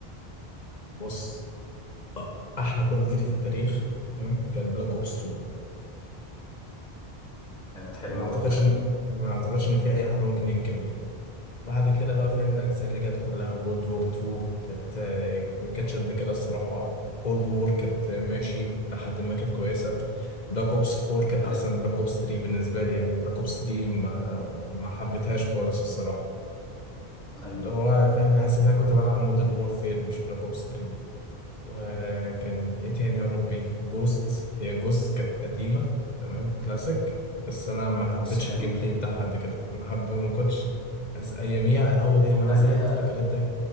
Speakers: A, on the left; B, in the centre.
A: بص أ- احلى كول اوف ديوتي في التاريخ تمام كانت بلاك اوبس 2
B: كانت حلوه
A: ما اعتقدش
B: قوي فعلا
A: إن- ما اعتقدش ان في اي حد ممكن ينكر دي بعد كده بقى فاهم الأجزاء اللي جت كلها وورلد وور 2 كانت آه، ما كانتش قد كده الصراحة كولد وور كانت آه، ماشي إلى حد ما كانت كويسة بلاك أوبس 4 كانت
B: ايوه
A: أحسن من بلاك أوبس 3 بالنسبة لي يعني بلاك أوبس 3 ما ما حبيتهاش خالص الصراحة
B: ايوه
A: اللي هو فاهم حسيت إن أنا كنت بلعب مودرن وورفير مش بلاك أوبس 3 وكان ايه تاني يا ربي جوست هي جوست كانت قديمة تمام كلاسيك بس انا ما حبيتش
B: بس حلوه
A: الجيم بلاي بتاعها قد كده ما حب ما كنتش از- اياميها اول هي ما نزلت
B: عليها
A: فاكر انت